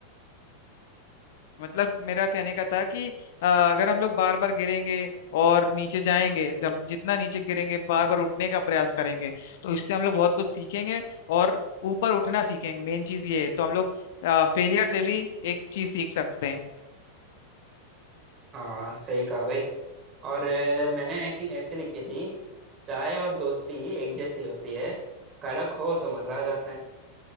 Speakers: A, on the left; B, on the right.
A: मतलब मेरा कहने का था कि अ, अगर हम लोग बार बार गिरेंगे और नीचे जाएंगे जब जितना नीचे गिरेंगे बार बार उठने का प्रयास करेंगे तो इससे हम लोग बहुत कुछ सीखेंगे और ऊपर उठना सीखेंगे मेन चीज ये है तो हम लोग फेलियर से भी एक चीज सीख सकते हैं
B: हाँ सही कहा भाई और अ, मैंने एक ऐसे लिखी थी चाय और दोस्ती एक जैसी होती है कड़क हो तो मजा आ जाता है